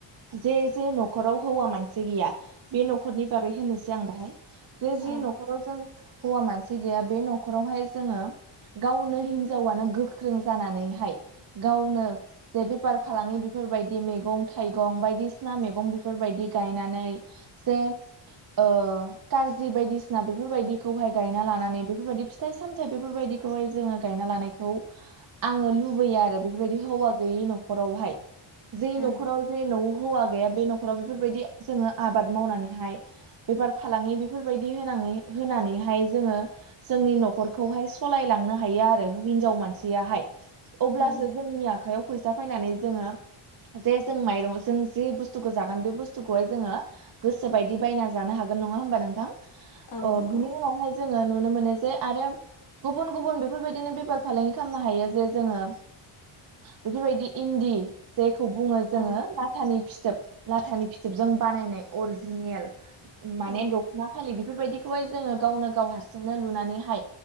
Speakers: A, on the right; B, on the left.
A: जे जे न'खराव हौवा मानसि गैया बे न'खरनि बागै होनोसै आं दाहाय जे
B: औ
A: जि न'खराव जों सि गैया बे न'खरावहाय जोङो गावनो हिनजावानो गोख्रों जानानैहाय गावनो जे बेफार फालांगि बेफोरबायदि मैगं थाइगं बायदिसिना मैगं बेफोरबायदि गायनानै जे ओ जि बायदिसिना बेफोरबायदिखौहाय गायना लानानै बेफोरबायदि फिथाइ सामथायाइ बेफोरबायदिखौहाय जोङो गायना लानाय खौ आङो लुबैयो आरो बेफोरबायदि हौवा गैयै न'खरावहाय जों
B: उम
A: न'खराव जे न'आव हौवा गैया बे न'खराव बेफोरबायदि जोङो आबाद मावनानैहाय बेफार फालांगि बेफोरबायदि होनानै होनानैहाय जोङो जोंनि न'खरखौहाय सालायलांनो हायो आरो हिनजाव मानसियाहाय अब्लासो
B: उम
A: जोंनि आखयाव फैसा फैनानै जोङो जे जों माइरं जों जि बुस्थुखौ जागोन बे बुस्थुखौहाय जोङो गोसो बायदि बायना जानो हागोन नङा होमबा नोंथां
B: औ नंगौ
A: बिनि उनावहाय जोङो नुनो मोनो जे आरो गुबुन गुबुन बेफोरबायदिनो बेफार फालांगि खालामनो हायो जे जोङो बेफोरबायदि इन्दि जेखौ बुङो
B: औ
A: जोङो लाथानि फिथोब लाथानि फिथोबजों बानायनाय अरिजिनेल
B: औ
A: माने मा खालि बेफोरबायदिखौहाय जोङो गावनो गाव हारसिंनो लुनानैहाय